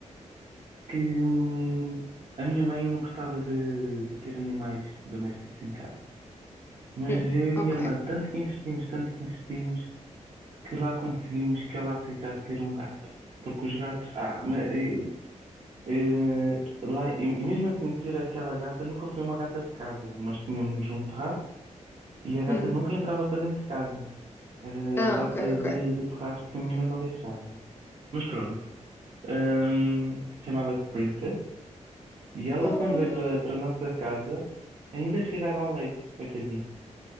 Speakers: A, on the right; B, on the left.
A: que hum, a minha mãe não gostava de, de ter animais domésticos em casa. Mas
B: Hum,
A: eu e a minha
B: ok.
A: irmã, tanto que insistimos, tanto que insistimos, que lá conseguimos que ela aceitasse ter um gato. Porque os gatos. Ah, mas, eh, eh, lá, e, e mesmo assim, ter aquela gata nunca foi uma gata de casa. Nós tínhamos um terraço e a gata
B: Hum.
A: nunca entrava para dentro de casa. Era
B: Ah,
A: gata
B: ok, ok.
A: de, de terraço porque a minha mãe não deixava. Mas pronto. Ahm, chamava-se Princess. E ela,
B: Hum,
A: quando veio para, para a nossa casa, ainda cheirava a leite, coitadinha.